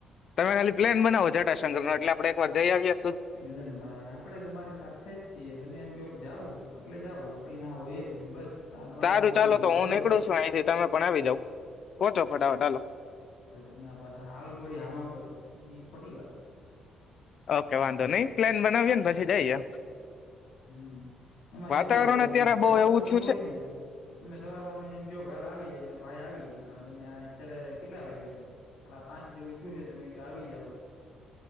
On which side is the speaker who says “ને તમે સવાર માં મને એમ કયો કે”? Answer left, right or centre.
Left